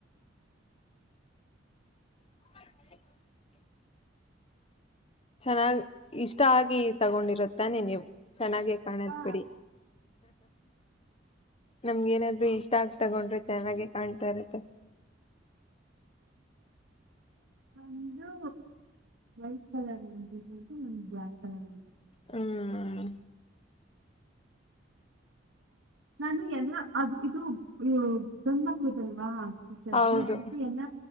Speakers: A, on the left; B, on the right.
A: ಡ <unintelligible> ಚೆನ್ನಾಗಿ್ ಇಷ್ಟ ಆಗಿ ತಗೊಂಡಿರುತ್ತಾನೆ ನೀವು ಚೆನ್ನಾಗೇ ಕಾಣದ್
B: ಹಾ
A: ಬಿಡಿ ನಮ್ಗ ಏನಾದ್ರು ಇಷ್ಟ ಆಗ್ ತಗೊಂಡ್ರರು ಚೆನ್ನಾಗಿ ಕಾಣ್ತಾ ಇರತ್ತೆ
B: ಒಂದು ವೈಟ್ ಕಲರ್ ಅಟದು ಬ್ಲ್ಯಾಕ್ ಕಲರ್ ಅಂತ <unintelligible> ಹ್ಮ
A: ಹ್ಮ್
B: <unintelligible> ನಾನು ಎಲ್ಲ ಅದು ಇದು ಗನ್ಮಕ್ <unintelligible> ದಲ್ವಾ ವಿಸು
A: ಹೌದು
B: ಅದತಿ ಎಲ್ಲ